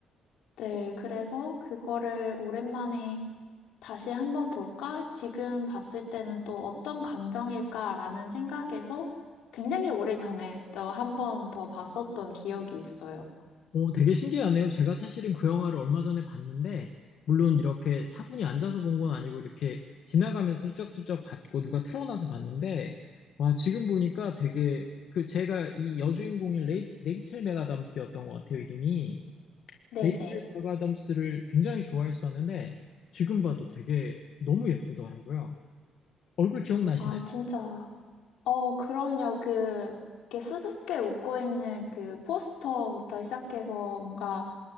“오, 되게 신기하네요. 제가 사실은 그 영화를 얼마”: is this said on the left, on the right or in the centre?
Left